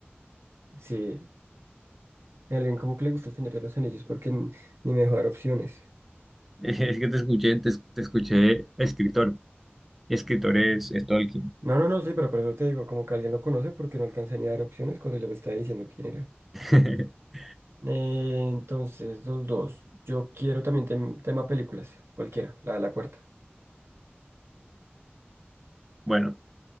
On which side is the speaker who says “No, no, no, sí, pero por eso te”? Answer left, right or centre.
Right